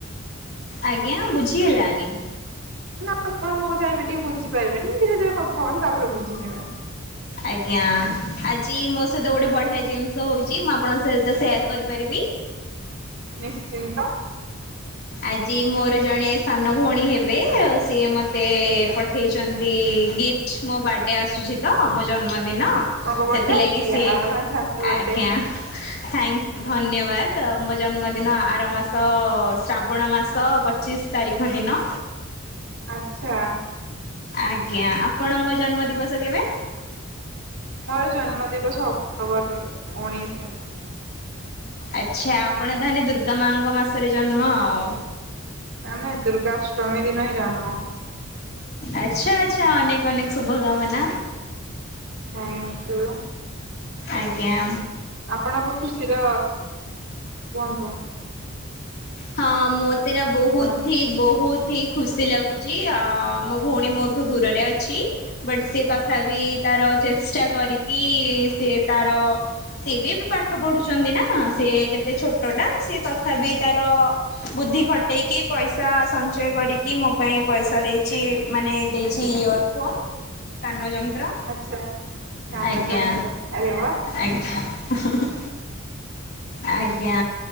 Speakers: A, on the left (about 50°); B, on the right (about 70°).
A: ଆଜ୍ଞା ବୁଝି ହେଲାନି।
B: ନା ଆପଣ ମୋ କଥା ଏବେ ଟିକେ ବୁଝି ପାରିବେନି ଧୀରେ ଧୀରେ କଥା ହୁଅନ୍ତୁ ତାପରେ ବୁଝିଯିବେ।
A: ଆଜ୍ଞା ଆଜି ମୋ ସହିତ ଗୋଟେ ବଢିଆ ଜିନିଷ ହଉଛି ମୁଁ ଆପଣଙ୍କ ସହିତ ସେୟାର କରିପାରିବି।
B: ନିଶ୍ଚିନ୍ତ।
A: ଆଜି ମୋର ଜଣେ ସାନ ଭଉଣୀ ହେବେ ଆ ସିଏ ମତେ ପଠେଇଚନ୍ତି। ଗିଫ୍ଟ ମୋ ବାର୍ଡେ ଆସୁଛି ତ ମୋ ଜନ୍ମଦି ଦିନ
B: ଆପଣଙ୍କ ବର୍ଥଡେ
A: ସେଥିଲାଗି
B: ଆସୁଛି କି
A: ସିଏ
B: ଆଡଭାନ୍ସ ହାପି ବର୍ଥଡେ।
A: ଆଜ୍ଞା। ଥ୍ୟାଙ୍କ ଧନ୍ୟବାଦ ମୋ ଜନ୍ମଦିନ ଆର ମାସ ଅ ଶ୍ରାବଣ ମାସ ପଚିଶ ତାରିଖ ଦିନ।
B: ଆଚ୍ଛା।
A: ଆଜ୍ଞା ଆପଣଙ୍କ ଜନ୍ମ ଦିବସ କେବେ?
B: ମୋର ଜନ୍ମ ଦିବସ ଅକ୍ଟୋବର ଉଣେଇଶି।
A: ଆଚ୍ଛା ଆପଣ ତାହେନେ ଦୁର୍ଗା ମାଙ୍କ ମାସରେ ଜନ୍ମ ଆଉ।
B: ଆମେ ଦୁର୍ଗାଷ୍ଟମୀ ଦିନ ହିଁ ଜନ୍ମ।
A: ଆଚ୍ଛା ଆଚ୍ଛା ଅନେକ ଅନେକ ଶୁଭ କାମନା।
B: Thank you.
A: ଆଜ୍ଞା।
B: ଆପଣଙ୍କ ଖୁସିର କୁହନ୍ତୁ।
A: ହଁ ମତେ ନା ବହୁଥି
B: ଆପଣ
A: ବହୁତ। ଇ ଖୁସି ଲାଗୁଛି ଆ ମୋ ଭଉଣୀ ମୋଠୁ ଦୂରରେ ଅଛି ବଟ୍ ସେ ତା ତଥାପି ତାର ଚେଷ୍ଟା କରିକି ସିଏ ତାର ସିଏ ବି ଏବେ ପାଠ ପଢୁଛନ୍ତି ନା ସିଏ କେତେ ଛୋଟ ଟା ସିଏ ତଥାପି ତା ଅ ବୁଦ୍ଧି ଖଟେଇକି ପଇସା ସଞ୍ଚୟ କରିକି ମୋ ପାଇଁ ପଇସା ଦେଇଛି ମାନେ ଦେଇଛି ଇଅର୍ ଫୋନ୍ କାନ ଯ ର
B: ଆଚ୍ଛା କାନ
A: ଆଜ୍ଞା
B: ଯନ୍ତ୍ର ଆରେ ବା
A: ଆଜ୍ଞା ହୁଁ ହୁଁ। ଆଜ୍ଞା